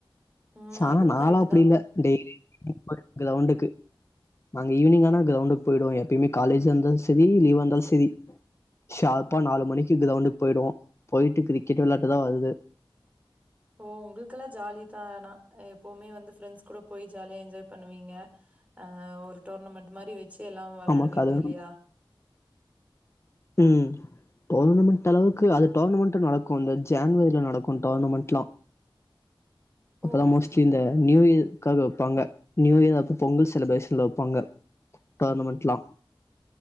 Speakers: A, on the right; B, on the left.
A: ம்.
B: சாமி
A: அதுவும்
B: நால்லா
A: கரெக்ட்டு
B: அப்டி
A: தான்.
B: இல்ல டெய்லியு கிரிக்கெட் <inaudible> கிரவுண்டுக்கு நாங்க ஈவ்னிங்க ஆனா கிரௌண்டுக்கு போயிடுவோ எப்பயுமே காலேஜ் இருந்தாலு செரி லீவ்வா இருந்தாலு செரி ஷார்பா நாலு மணிக்கு கிரவுண்டுக்கு போயிடுவோ போயிட்டு கிரிக்கெட் விளையாட்டு தா வர்றதே
A: ஓ உங்களுக்கெல்லா ஜாலி தா ஆனா எப்பவுமே வந்து ஃப்ரெண்ட்ஸ் கூட போய் ஜாலியா என்ஜாய் பண்ணுவீங்க ஆ ஒரு டென்னிஸ் டோரன்மென்ட் மாரி வச்சி எல்லா வெளையாடுவீங்க
B: ஆமாக்கா அது
A: இல்லையா
B: ம் டோர்னமென்ட் அளவுக்கு அது டோர்னமென்ட் நடக்கு இந்த ஜான்வரிவ நடக்கு இந்த டோர்னமென்ட்லா அப்பெல்லா
A: ஓ!
B: மோஸ்ட்லி இந்த நியூ இயர்காக வெப்பாங்க நியூ இயர் அப்ப பொங்கல் செலிப்ரேஷன்ல வெப்பாங்க டோர்னமென்ட்லா